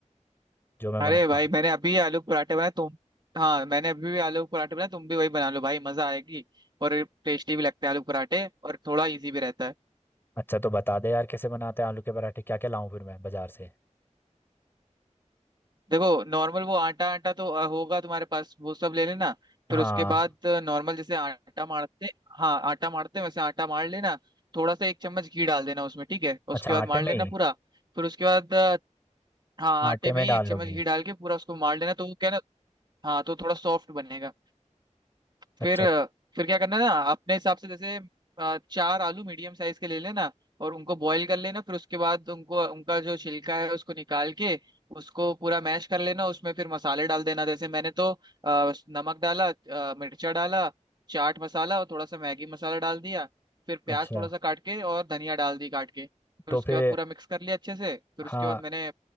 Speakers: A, on the left; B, on the right.
A: जो मैं
B: अरे
A: बना
B: भाई
A: पाऊँ
B: मैंने अभी आलू के पराठे बनाए तुम हाँ मैंने अभी भी आलू के पराठे बनाए तुम भी वही बना लो भाई मजा आएगी और टेस्टी भी लगते हैं आलू के पराठे और थोड़ा इजी भी रहता है
A: अच्छा तो बता दे यार कैसे बनाते हैं आलू के पराठे क्या क्या लाऊं फिर मैं बाजार से
B: देखो नॉर्मल वो आटा आटा तो अ, होगा तुम्हारे पास वो सब ले लेना
A: हाँ
B: फिर उसके बाद नॉर्मल जैसे आटा मारते हाँ आटा मारते हैं, वैसे आटा मार लेना थोड़ा सा एक चम्मच घी डाल देना उसमें ठीक है
A: अच्छा
B: उसके बाद
A: आटे
B: मार
A: में
B: लेना
A: ही
B: पूरा फिर उसके बाद अ, हाँ
A: आटे
B: आटे
A: में
B: में ही
A: डाल
B: एक
A: लोगी
B: चम्मच घी डाल के पूरा उसको मार लेना तो वो क्या है ना हाँ तो थोड़ा सॉफ्ट बनेगा
A: अच्छा
B: फिर फिर क्या करना है ना अपने हिसाब से जैसे अ, चार आलू मीडियम साइज के ले लेना और उनको बॉईल कर लेना फिर उसके बाद उनको उनका जो छिलका है उसको निकाल के उसको पूरा मैश कर लेना उसमें फिर मसाले डाल देना जैसे मैंने तो अ, नमक डाला अ, मिर्चा डाला चाट मसाला और थोड़ा सा मैगी मसाला डाल दिया फिर प्याज
A: अच्छा
B: थोड़ा सा काट के और धनिया डाल दी काट के फिर
A: तो
B: उसके
A: फिर
B: बाद पूरा मिक्स कर लिया अच्छे से फिर
A: हाँ
B: उसके बाद मैंने